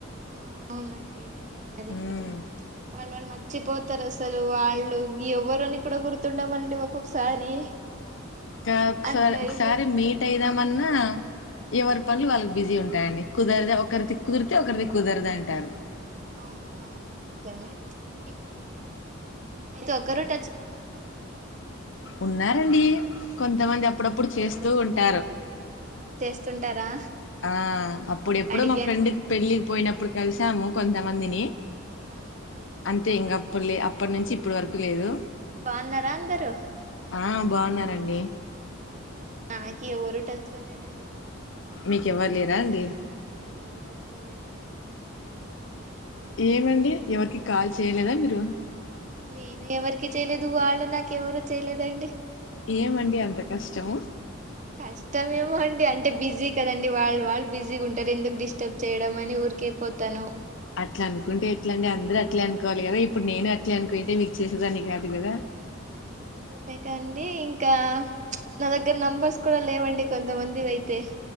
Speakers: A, on the right; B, on the left.
A: ఆ అవునండి నిజమే అదే
B: ఉమ్
A: మాత్రమా వాళ్ళు వాళ్ళు మర్చిత్ పోతారు అసలు వాళ్ళు ఎవరని కూడా గుర్తుండమండి ఒక్కొక్కసారి
B: ఇంకా ఒకసారి
A: అట్లా
B: ఒకసారి
A: అయిపోతారు
B: మీట్ అయిదామన్నా ఎవరి
A: ఆ
B: పనులు వాళ్ళకి బిజీ ఉంటాయండి కుదరదు ఒకరిది కుదిరితే ఒకరిది కుదరదు అంటారు
A: అవునవును నిజమే ఇప్పుడు అయితే ఒక్క రూట్
B: ఉన్నారండి కొంతమంది అప్పుడప్పుడు చేస్ వ తూ ఉంటారు
A: అప్ చేస్తుంటారా
B: ఆ అప్పుడెప్పుడో
A: అడిగాను
B: మా ఫ్రెండ్ క్ పెళ్ళి పోయినప్పుడు కలిసాము కొంతమందిని
A: అవునా
B: అంతే ఇంగమ్ ఇప్పుడు లే అప్పటి నుంచి ఇప్పడు వరకు లేదు
A: బాగున్నారా అందరు
B: ఆ బాగున్నారండి
A: నాకి ఎవరు టచ్ లో లేరండి
B: మీకెవ్వరు లేరా అండి
A: నోరు టెస్ట్ ల లేదు
B: ఏమండి ఎవరికి కాల్ చేయలేదా మీరు
A: నేను ఎవరికి చేయలేదు వాళ్ళు నాకు ఎవరు చేయలేదండి
B: ఏమండి అంత కష్టము
A: కష్టం ఏమో అండి అంటే బిజీ కదండి వాళ్ళు వాళ్ళు బిజీ ఉంటారు ఎందుకు డిస్టర్బ్ చేయడం అని ఊరికే పోతాను
B: అట్లా అనుకుంటే ఎట్లా అండి అందరూ అట్లే అనుకోవాలి కదా ఇప్పుడు నేను అట్లే అనుకునింటే మీకు చేసేదాన్ని కాదు కదా
A: అది నిజమే కండి ఇంకా నా దగ్గర నెంబర్స్ కూడా లేవండి కొంతమందివయితే